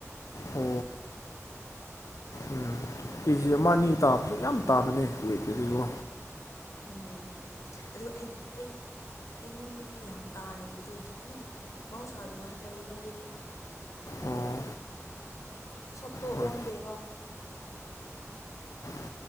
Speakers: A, on the left (about 70°); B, on the left (about 80°).
A: <unintelligible>
B: ꯑꯣ ꯎꯝ ꯀꯦꯖꯤ ꯑꯃ ꯑꯅꯤ ꯇꯥꯕꯁꯨ ꯌꯥꯝ ꯇꯥꯕꯅꯦ ꯋꯦꯠꯇꯗꯤꯀꯣ
A: ꯎꯝ ꯑꯗꯨ ꯑꯩ ꯑꯩ ꯑꯩꯉꯣꯟꯗꯗꯤ ꯌꯥꯝ ꯇꯥꯅ ꯎꯗ꯭ꯔꯦ ꯑꯗꯨꯝ ꯃꯍꯧꯁꯥ ꯑꯗꯨꯃꯥꯏ ꯇꯧꯋꯦꯗ ꯑꯩꯗꯤ
B: ꯑꯣ
A: ꯁꯛꯇꯣ
B: ꯍꯣꯏ
A: ꯑꯣꯟꯗꯦꯕ
B: ꯎꯝ